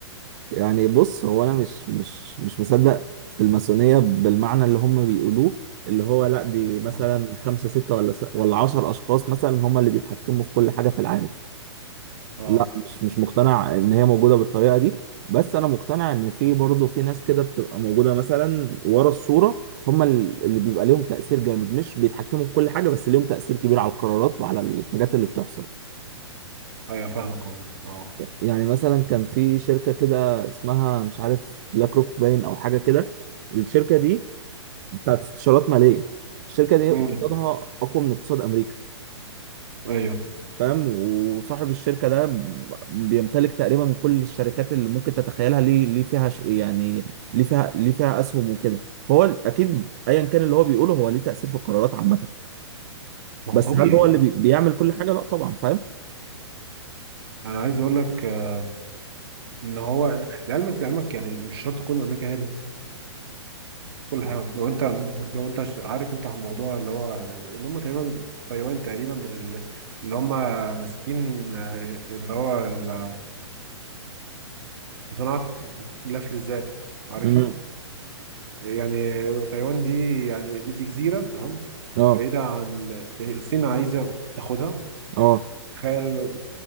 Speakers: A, on the right; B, on the right.
A: يعني بص هو انا مش مش مش مصدق في الماسونية بالمعنى اللي هم بيقولوه اللي هو لا دي مثلا
B: اه
A: خمسة ستة ولا س... ولا عشر اشخاص مثلا هم اللي بيتحكموا في كل حاجة في العالم
B: اه
A: لا مش مش مقتنع ان هي موجوده بالطريقه دي بس انا مقتنع ان في برضه في ناس كده بتبقى موجوده مثلا ورا الصوره هم ال- اللي بيبقى ليهم تاثير جامد مش بيتحكموا في كل حاجه بس ليهم تاثير كبير على القرارات وعلى الحاجات اللي بتحصل
B: ايوه فاهمك عموما اه
A: يعني مثلا كان في شركه كده اسمها مش عارف بلاك روك باين او حاجه كده الشركه دي بتاعت استشارات ماليه الشركه دي
B: امم
A: اقتصادها اقوى من اقتصاد امريكا
B: ايوه
A: فاهم وصاحب الشركة ده بيمتلك تقريبا كل الشركات اللي ممكن تتخيلها ليه ليه فيها ش- يعني ليه فيها ليه فيها أسهم وكده فهو أكيد أيا كان اللي هو بيقوله هو ليه تأثير في القرارات عامة
B: ما
A: بس
B: هو طبيعي
A: هل هو
B: طبيعي
A: اللي بي- بيعمل كل حاجة؟ لا طبعا فاهم
B: انا عايز اقول لك آه، ان هو لعلمك لعلمك يعني مش شرط تكون امريكا هي كل حاجة لو انت لو انت ش- عارف انت الموضوع اللي هو اللي هم تقريبا تايوان تقريبا اللي اللي هم ماسكين آه، اللي هو ال- صناعة الأكل الذات عارفها
A: امم
B: يعني تايوان دي يعني دي, دي جزيرة تمام
A: اه
B: بعيدة عن يعني الصين عايزة تاخدها
A: اه
B: تخيل